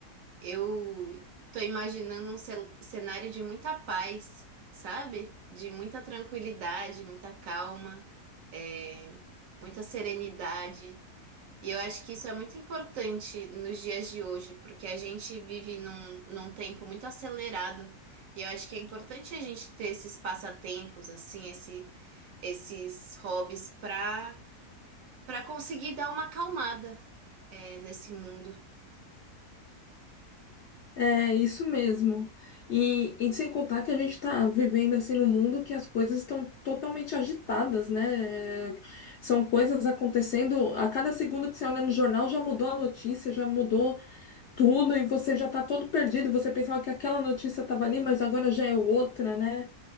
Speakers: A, on the right; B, on the left.
A: eu tô imaginando um cel- cenário de muita paz, sabe? De muita tranquilidade, muita calma, é, muita serenidade. E eu acho que isso é muito importante nos dias de hoje, porque a gente vive num, num tempo muito acelerado. E eu acho que é importante a gente ter esses passatempos, assim, esse, esses hobbies para para conseguir dar uma acalmada, é, nesse mundo.
B: É isso mesmo. E, e sem contar que a gente está vivendo assim num mundo que as coisas estão totalmente agitadas, né? É, São coisas acontecendo a cada segundo que você olha no jornal já mudou a notícia, já mudou tudo e você já está todo perdido. Você pensava que aquela notícia estava ali, mas agora já é outra, né?